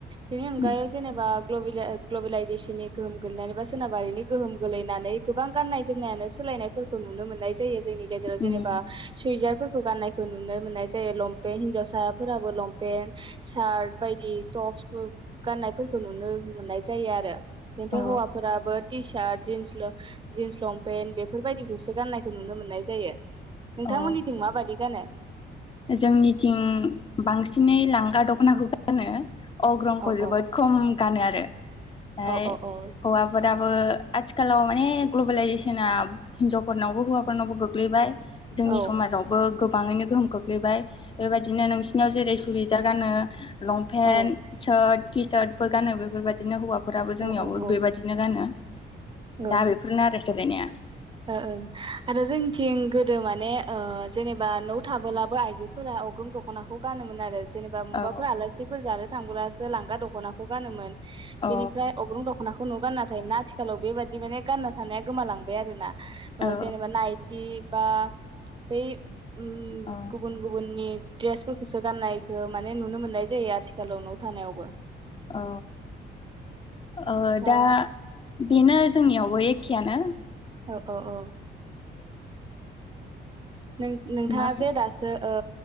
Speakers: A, on the right; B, on the left.
A: बिनि अनगायै
B: उम
A: जेनेबा ग्लबेला ओ इग्लबेलाइजेसननि गोहोम गोलैनानै बा सोनाबारिनि गोहोम गोलैनानै गोबां गाननाय जोमनायानो सोलायनायफोरखौ नुनो मोन नाय जायो। जोंनि गेजेराव जेनेबा
B: उम
A: सुयजार फोरखौ गाननायखौ नुनो मोननाय जायो लंपे हिन्जावसाफोराबो लंपेन्ट सार्ट बायदि टप्स गान्नायफोरखौ नुनो मोननाय जायो आरो। बेनिफाय
B: औ
A: हौवाफोराबो टिसार्ट जिन्स ल जिन्स लंपेन्ट बेफोरबायदिखौसो गाननाय खौ नुनो मोननाय जायो। नोंथांमोननिथिं
B: औ
A: माबायदि गानो।
B: जोंनिथिं बांसिनै लांगा दख'नाखौ गानो। अग्रंखौ
A: औ
B: जोबोद
A: औ
B: खम गानो आरो। फाय
A: औ औ औ
B: हौवाफोर आबो आथिखालाव माने ग्लबेेलइजेसना हिनजावफोरनावबो हौवाफोरनावबो गोग्लैबाय। जोंनि
A: औ
B: समाजावबो गो बाङैनो गोहोम खो ग्लैबाय बेबायदिनो नोंसिनियाव जेरै सुयजार गानो। लंफेन्ट
A: औ
B: सार्ट टिसार्टफोर गानो बेफोरबायदिनो हौवा फोराबो
A: औ
B: जोंनियावबो
A: औ
B: बेबायदिनो गानो।
A: औ
B: दा बेफोरनो आरो सोलायनाया।
A: ओ ओं आरो जोंथिं गोदो माने ओ जेनेबा न' थाबोलाबो आइजोफोरा अग्रं दख'नाखौ गानोमोन आरो। जेनेबा मुबाफोर
B: औ
A: आलासिफोर जानो थांब्लासो लांगा दख'नाखौ गानोमोन
B: औ
A: बेनिफ्राय अग्रं द खनाखौ न'आव गानना थायोमोना आथिखालाव बेबादि माने गानना थानाया गोमालांबाय आरो ना। ओ
B: औ
A: जेनेबा नाइटि बा बै उम
B: औ
A: गुबुन गुबुननि ड्रेसफोरखोसो गाननायखो माने नुनो मोननाय जायो आथिखालाव नव थानायावबो।
B: औ ओ
A: अ
B: दा बिनो जोंनियावबो एखेआनो
A: ओ ओ ओ नों-नोंथाङा
B: मा
A: जे दासो ओ